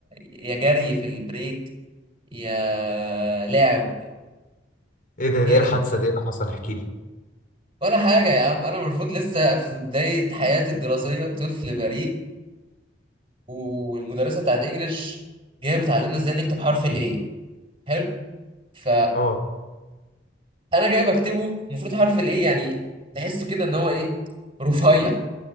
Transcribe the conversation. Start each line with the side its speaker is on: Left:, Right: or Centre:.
Right: يا جري في البريك يا لعب
Left: ايه ده
Right: كده
Left: ده ايه الحادثه دي إيه اللي حصل احكي لي
Right: ولا حاجة يا عم أنا المفروض لسه في بداية حياتي الدراسية طفل بريء والمدرسة بتاعت إنجلش جاية بتعلمنا إزاي نكتب حرف الإيه حلو فأنا
Left: اه
Right: جاي بكتبه المفروض حرف الإيه يعني تحسه كده إن هو إيه رفيع